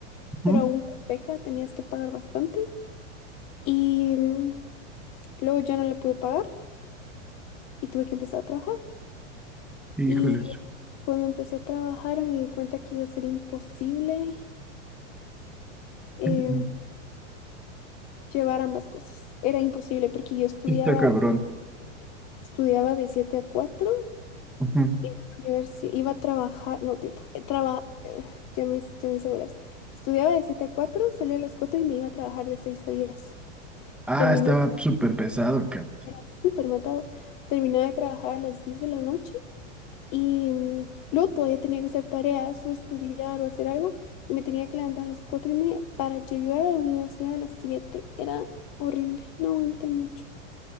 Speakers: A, on the left; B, in the centre.
A: pero
B: Ujú.
A: aún con beca tenías que pagar bastante. Y mm, luego ya no la pude pagar y tuve que empezar a trabajar.
B: Híjoles.
A: Y cuando empecé a trabajar me di cuenta que iba a ser imposible em,
B: Ujú.
A: llevar ambas cosas. Era imposible porque yo estudiaba,
B: Sí Está cabrón.
A: estudiaba de 7 a 4.
B: Ujú.
A: Iba a la universidad, iba a trabajar, no, tiempo, eh, traba, eh, ya me, ya me hice bolas. Estudiaba de 7 a cuatro salía a las 4 y me iba a trabajar de 6 a diez
B: Ah,
A: Terminé,
B: estaba súper pesado, cabrón.
A: era súper matado. Terminaba de trabajar a las 10 de la noche y mm, luego todavía tenía que hacer tareas o estudiar o hacer algo y me tenía que levantar a las 4 y media para llegar a la universidad a las siete Era horrible, no aguanté mucho.